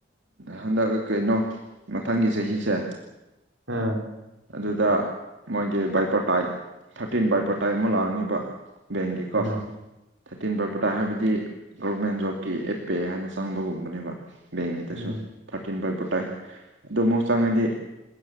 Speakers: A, on the right; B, on the right.
A: ꯍꯟꯗꯛ ꯀꯩꯅꯣ ꯃꯊꯪꯒꯤ ꯆꯍꯤꯁꯦ
B: ꯎꯝ
A: ꯑꯗꯨꯗ ꯃꯥꯒꯤ ꯕꯥꯏꯄꯣꯇꯥꯏꯠ ꯊꯥꯔꯇꯤꯟ ꯕꯥꯏꯄꯣꯇꯥꯏꯠ ꯑꯃ ꯂꯥꯛꯑꯅꯤꯕ ꯕꯦꯡꯒꯦꯀꯣ
B: ꯎꯝ
A: ꯊꯔꯇꯤꯟ ꯚꯔ ꯄꯇꯥꯏ ꯍꯥꯏꯕꯗꯤ ꯒꯣꯕꯔꯃꯦꯟ ꯖꯣꯕꯀꯤ ꯑꯦꯠ ꯄꯦ ꯍꯥꯏꯅ ꯆꯪꯕꯒꯨꯝꯕꯅꯦꯕ ꯕꯦꯡꯒꯤꯗꯁꯨ
B: ꯎꯝ
A: ꯊꯥꯔꯇꯤꯟ ꯄꯥꯏꯕ ꯇꯥꯏ ꯑꯗꯨ ꯑꯃꯨꯛ ꯆꯪꯉꯗꯤ